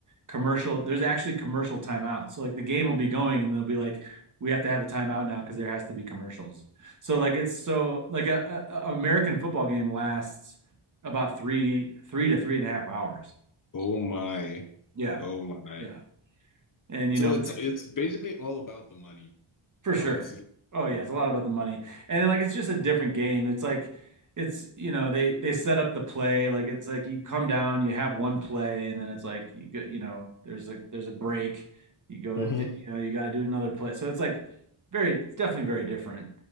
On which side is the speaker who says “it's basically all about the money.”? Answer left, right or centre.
Left